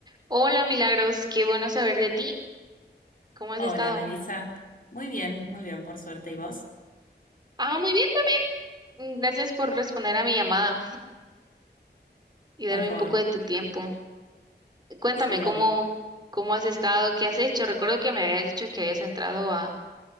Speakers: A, on the right; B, on the left.
A: Hola, Milagros, qué bueno saber de ti. ¿Cómo has
B: Hola,
A: estado?
B: Melissa. Muy bien, muy bien, por suerte. ¿Y vos?
A: Ah, muy bien también. Mm, Gracias por responder a mi llamada y darme
B: Por favor.
A: un poco de tu tiempo. Cuéntame
B: Sí,
A: cómo,
B: obvio.
A: cómo has estado, qué has hecho. Recuerdo que me habías dicho que habías entrado a,